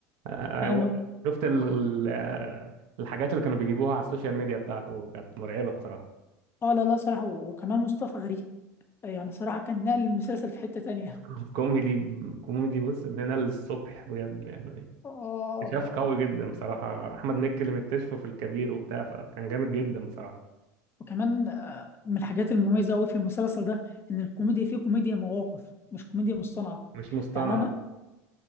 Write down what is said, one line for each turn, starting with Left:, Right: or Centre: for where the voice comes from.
Right: آه،
Left: يعني
Right: هو
Left: ما-
Right: شفت ال... ال- آه، الحاجات اللي كانوا بيجيبوها على السوشيال ميديا بتاعته كانت مرعبة بصراحة
Left: اه لا لا صراحة وكمان مصطفى غريب يعني صراحة كان نقل المسلسل في حتة تانية
Right: <laughs> كوميدي كوميدي بص من هنا للصبح بجد يعني
Left: اه
Right: اكتشاف قوي جدا بصراحة أحمد مكي اللي مكتشفه في الكبير وبتاع فكان جامد جدا بصراحة
Left: وكمان آه، من الحاجات المميزة أوي في المسلسل ده إن الكوميديا فيه كوميديا مواقف مش كوميديا مصطنعة
Right: مش مصطنع
Left: يعني أنا